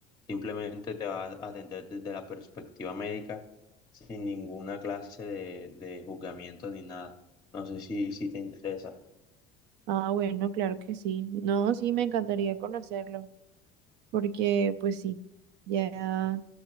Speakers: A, on the left (about 20°); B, on the right (about 65°).
A: simplemente te va a atender desde la perspectiva médica, sin ninguna clase de, de juzgamiento ni nada. No sé si, si te interesa.
B: Ah, bueno, claro que sí. No, sí, me encantaría conocerlo, porque pues sí, ya